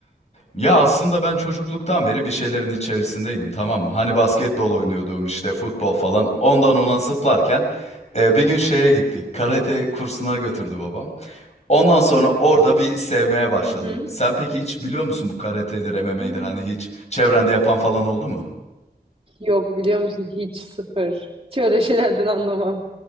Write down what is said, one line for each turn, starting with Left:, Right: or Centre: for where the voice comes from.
Left: Ya aslında ben çocukluktan beri bir şeylerin içerisindeydim tamam mı? Hani basketbol oynuyordum işte futbol falan. Ondan ona zıplarken e, bir gün şeye gittik. Karate kursuna götürdü babam. Ondan sonra orada bir sevmeye başladım.
Right: Hı hı.
Left: Sen peki hiç biliyor musun bu karatedir, MMA'dir
Right: Hmm.
Left: hani hiç çevrende yapan falan oldu mu?
Right: Yok biliyor musun hiç sıfır. Hiç öyle şeylerden anlamam.